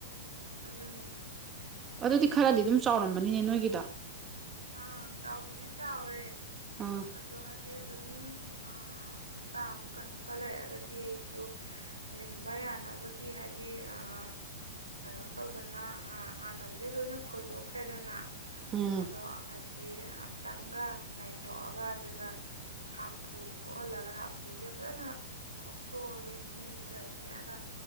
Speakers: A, on the right; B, on the right.
A: ꯑꯗꯨꯅꯦ
B: ꯑꯗꯨꯗꯤ ꯈꯔꯗꯤ ꯑꯗꯨꯝ ꯆꯥꯎꯔꯝꯃꯅꯤꯅꯦ ꯅꯣꯏꯒꯤꯗꯣ
A: ꯑꯥ ꯆꯥꯎꯕꯨꯗꯤ ꯆꯥꯎꯔꯦ
B: ꯑꯝ
A: ꯑꯗꯣ ꯍꯥꯏꯗꯤ ꯑꯗꯨꯝ ꯑꯥ ꯍꯞꯇꯥ ꯑꯃꯨꯛꯀ ꯑꯃꯨꯛꯀ ꯂꯩꯔꯒꯗꯤ ꯑꯩꯖꯨ ꯂꯤꯡꯕ ꯌꯥꯅꯕꯒꯤ ꯍꯥꯏꯗꯤ ꯑꯥ ꯀꯩꯅꯣ ꯇꯧꯗꯅ ꯍꯥꯟꯅꯕꯨꯗꯤ ꯂꯣꯏꯅ ꯈꯣꯏꯗꯣꯛꯈ꯭ꯔꯦꯗꯅ
B: ꯎꯝ
A: ꯑꯗꯣ ꯍꯥꯏꯖꯤ ꯑꯝꯇꯪꯒ ꯅꯩꯊꯣꯛꯑꯒ ꯑꯗꯨꯒ ꯍꯥꯐꯨ ꯊꯣꯛꯍꯜꯂꯒ ꯍꯥꯐꯨꯁꯦ ꯐꯖꯅ ꯈꯣꯝꯇꯣꯛꯑꯒꯦ ꯃꯤ ꯈꯔ ꯅꯦꯛꯑꯒ